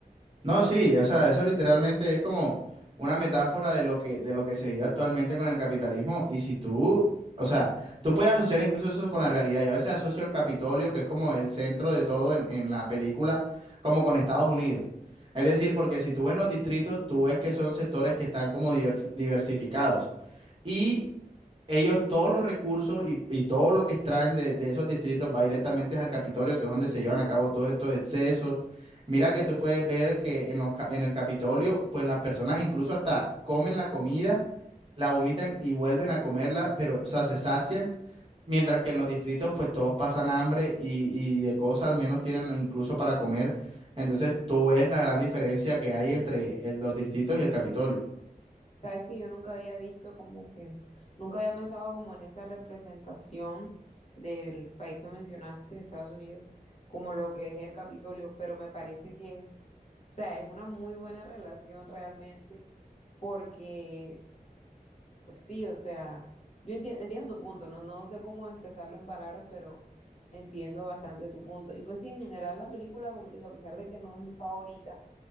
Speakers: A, on the right (about 35°); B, on the left (about 45°).
A: No, sí, o sea, eso literalmente es como una metáfora de lo que, de lo que se vive actualmente con el capitalismo. Y si tú, o sea, tú puedes asociar incluso eso con la realidad. Yo a veces asocio el Capitolio, que es como el centro de todo en, en la película, como con Estados Unidos. Es decir, porque si tú ves los distritos, tú ves que son sectores que están como diver- diversificados. Y ellos todos los recursos y, y todo lo que extraen de, de esos distritos va directamente al Capitolio, que es donde se llevan a cabo todos estos excesos. Mira que tú puedes ver que en los, ca- en el Capitolio, pues las personas incluso hasta comen la comida, la vomitan y vuelven a comerla, pero, o sea, se sacian, mientras que en los distritos, pues todos pasan hambre y, y de cosas al menos tienen incluso para comer. Entonces tú ves la gran diferencia que hay entre eh, los distritos y el Capitolio.
B: Sabes que yo nunca había visto como que, nunca había pensado como en esa representación del país que mencionaste, de Estados Unidos, como lo que es el Capitolio, pero me parece que es, o sea, es una muy buena relación realmente, porque, pues sí, o sea, yo entiendo, entiendo tu punto, ¿no? No sé cómo expresarlo en palabras, pero entiendo bastante tu punto. Y pues sí, en general la película, como te digo, a pesar de que no es mi favorita,